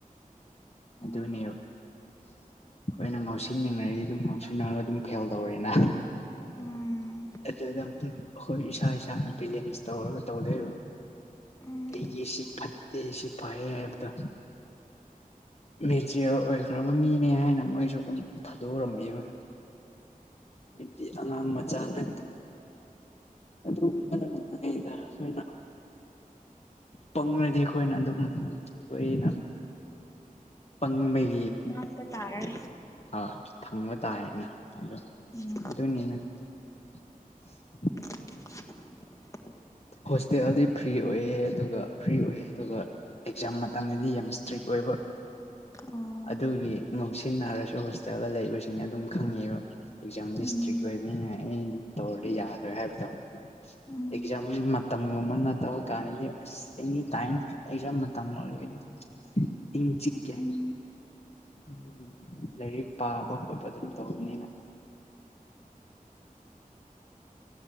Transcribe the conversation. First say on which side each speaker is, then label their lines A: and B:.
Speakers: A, on the left (about 20°); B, on the left (about 45°).
A: ꯎꯝ
B: ꯑꯗꯨ ꯑꯗꯨꯅꯦꯕ ꯑꯩꯈꯣꯏꯅ ꯉꯥꯎꯁꯤꯟꯅꯤꯡꯉꯗꯤ ꯑꯗꯨꯝ ꯉꯥꯎꯁꯤꯟꯅꯔꯒ ꯑꯗꯨꯝ ꯐꯦꯜ ꯇꯧꯔꯦꯅ <unintelligible>
A: ꯎꯝ
B: ꯑꯗꯨꯗ ꯑꯩꯈꯣꯏ ꯏꯁꯥ ꯏꯁꯥꯅ ꯕꯦꯂꯦꯟꯁ ꯇꯧꯔꯒ ꯇꯧꯗꯣꯏꯕ
A: ꯎꯝ
B: ꯑꯩ ꯌꯦꯁꯤ ꯐꯠꯇꯦꯁꯤ ꯄꯥꯌꯦ ꯍꯥꯏꯕꯗ ꯃꯦꯆꯤꯌꯣꯔ ꯑꯣꯏꯈ꯭ꯔꯕ ꯃꯤꯅꯦ ꯍꯥꯏꯅ ꯃꯣꯏꯁꯨ ꯑꯗꯨꯝ ꯊꯥꯗꯣꯛꯎꯔꯝꯃꯦꯕ ꯗꯤ ꯑꯉꯥꯡ ꯃꯆꯥꯅ ꯑꯗꯨ ꯃꯅꯗ ꯑꯩꯈꯣꯏꯅ ꯄꯪꯉꯗꯤ ꯑꯩꯈꯣꯏꯅ ꯑꯗꯨꯝ ꯑꯩꯅ ꯄꯪꯕꯩ
A: ꯅꯪ ꯇꯥꯔꯥꯔꯦ
B: ꯍꯣꯏ ꯊꯪꯕ ꯇꯥꯏ ꯑꯩꯅ ꯑꯗꯨ
A: ꯎꯝ
B: ꯑꯗꯨꯅꯤꯅ <inaudible>
A: <unintelligible>
B: ꯑꯣ ꯍꯣꯁꯇꯦꯜꯗꯤ ꯐ꯭ꯔꯤ ꯑꯣꯏꯌꯦ ꯑꯗꯨꯒ ꯐ꯭ꯔꯤ ꯑꯣꯏꯑ ꯑꯗꯨꯒ ꯑꯦꯛꯖꯥꯝ ꯃꯇꯝꯗꯤ ꯌꯥꯝ ꯏꯁꯇ꯭ꯔꯤꯛ ꯑꯣꯏꯕ <inaudible>
A: ꯑꯣ
B: ꯑꯗꯨꯒꯤ ꯉꯧꯁꯤꯟꯅꯔꯁꯨ ꯍꯣꯁꯇꯦꯜꯗ ꯂꯩꯕꯁꯤꯡ ꯑꯗꯨꯝ ꯈꯪꯉꯦꯕ ꯑꯦꯛꯖꯥꯝꯗꯤ
A: ꯎꯝ
B: ꯁꯇ꯭ꯔꯤꯛ ꯑꯣꯏꯕꯅꯤꯅ ꯑꯩꯅ ꯑꯗꯨꯝ ꯇꯧꯔꯗꯤ ꯌꯥꯔ‌ꯣꯏ ꯍꯥꯏꯕꯗ‌ꯣ
A: ꯎꯝ
B: ꯑꯦꯛꯖꯥꯝ ꯃꯇꯝꯒꯨꯝꯕ ꯅꯠꯇꯕ ꯀꯥꯟꯗ ꯑꯁ ꯑꯦꯅꯤ ꯇꯥꯏꯝ ꯑꯦꯛꯖꯥꯝ ꯃꯇꯝ ꯑꯣꯏꯔꯒꯗꯤ ꯏꯪ ꯆꯤꯛꯀ‌ꯦ
A: ꯎꯝ
B: ꯎꯝ ꯂꯥꯏꯔꯤꯛ ꯄꯥꯕ ꯈꯣꯠꯄ ꯑꯗꯨꯝ ꯇꯧꯕꯧꯕꯅꯤꯅ